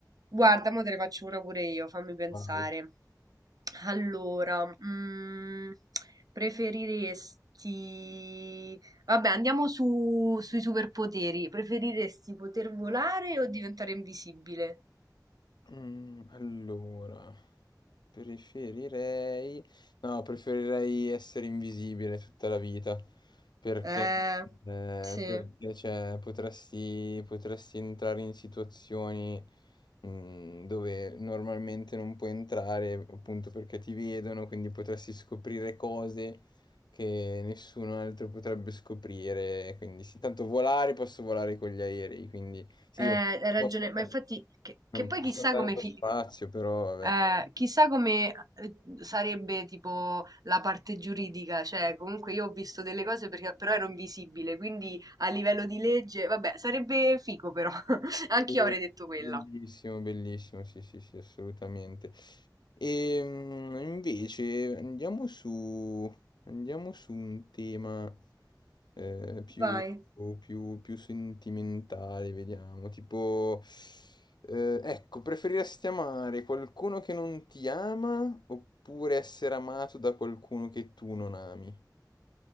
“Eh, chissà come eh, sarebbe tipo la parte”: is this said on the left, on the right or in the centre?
Right